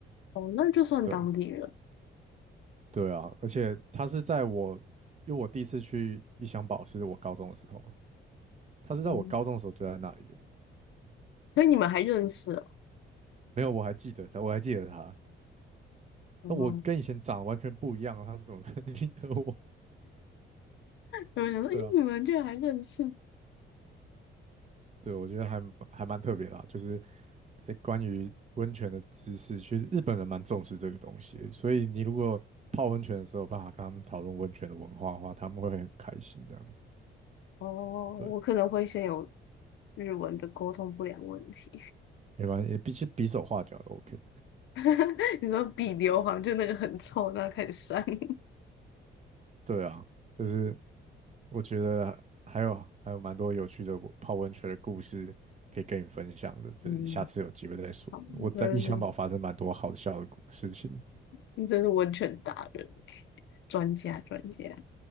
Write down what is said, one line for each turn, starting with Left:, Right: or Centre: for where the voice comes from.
Left: 哦，那就算当地人。
Right: 对对啊，而且他是在我，因为我第一次去一箱宝是我高中的时候，他是在我高中的时候就在那里的。
Left: 嗯。所以你们还认识哦？
Right: 没有，我还记得他，我还记得他。
Left: 哦，
Right: 那我跟以前长得完全不一样啊，他怎么可能记得我？
Left: 我想说，
Right: <laughs>
Left: 诶，
Right: 对啊，
Left: 你们居然还认识？
Right: 对，我觉得还蛮还蛮特别啦，就是在关于温泉的知识，其实日本人蛮重视这个东西的所以你如果泡温泉的时候有办法跟他们讨论温泉的文化的话，他们会很开心这样子。
Left: 哦，
Right: 对，
Left: 我可能会先有日文的沟通不良问题。
Right: 没关系，比起比手画脚也 OK。
Left: <laughs> 你说比硫磺就那个很臭，那开始删。<laughs>
Right: 对啊，就是我觉得还有还有蛮多有趣的我泡温泉的故事可以跟你分享的，就是下次有机会再说。
Left: 嗯，好，
Right: 我在异乡堡发生蛮多好笑的故事情。
Left: 你真的是，你真是温泉达人，专家专家。